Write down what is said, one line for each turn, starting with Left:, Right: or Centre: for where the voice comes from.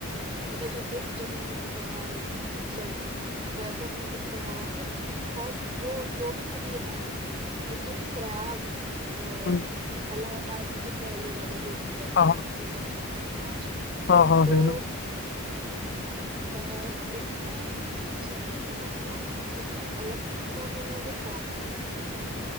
Right: मतलब जब जब हम लोग को पढ़ा रहे थे ना सर तो ऐसा उन्होंने कुछ पढ़ाया था कि हर जो जो भी नदी है ना जितने भी प्रयाग हैं अ,
Left: हम्म,
Right: इलाहाबाद के पहले वाले जो भी प्रयाग
Left: हाँ
Right: है क्योंकि पंच प्रयाग पांच हैं
Left: हाँ हाँ हाँ,
Right: तो
Left: है ना
Right: अ, उसमें जितनी भी नदियां हैं सब में अलकनंदा जो है वो कॉमन है ठीक है